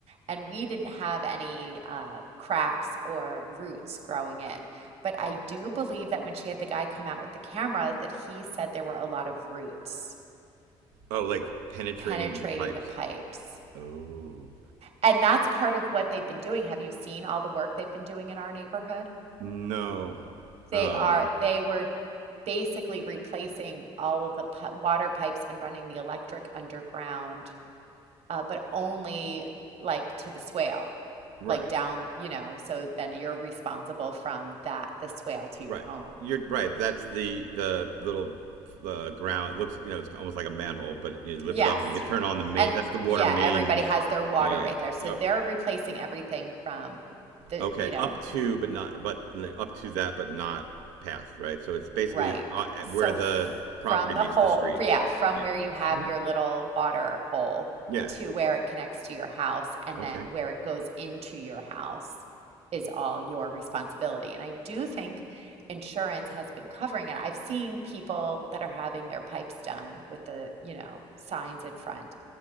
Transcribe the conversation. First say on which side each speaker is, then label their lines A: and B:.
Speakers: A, on the right (about 55°); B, on the right (about 80°).
A: And we didn't have any uh, cracks or roots growing in. But I do believe that when she had the guy come out with the camera, that he said there were a lot of roots
B: Oh, like penetrating
A: penetrating
B: the pipes.
A: the pipes.
B: Oh
A: And that's part of what they've been doing. Have you seen all the work they've been doing in our neighborhood?
B: no.
A: They
B: Um.
A: are they were basically replacing all of the pi water pipes and running the electric underground, uh, but only like to the swale,
B: Right.
A: like down, you know, so then you're responsible from that the swale to your
B: Right.
A: home.
B: You're right. That's the the little uh, ground. It looks you know it's almost like a manhole, but you lift
A: Yes.
B: it up and you can turn on the main.
A: And
B: That's the water
A: yeah,
B: main.
A: everybody has their water
B: Yeah. Yeah.
A: right there. So
B: Yep.
A: they're replacing everything from the,
B: Okay,
A: you know,
B: Yeah. up yeah. to but not but up to that but not past, right? So it's basically
A: Right.
B: uh,
A: So
B: where the
A: f
B: property
A: from the
B: meets
A: hole,
B: the street.
A: f- yeah, from
B: Yeah.
A: where you have
B: Mhm.
A: your little water hole
B: Yeah.
A: to where it connects to your house and
B: Okay.
A: then where it goes into your house is all your responsibility. And I do think insurance has been covering it. I've seen people that are having their pipes done with the, you know, signs in front.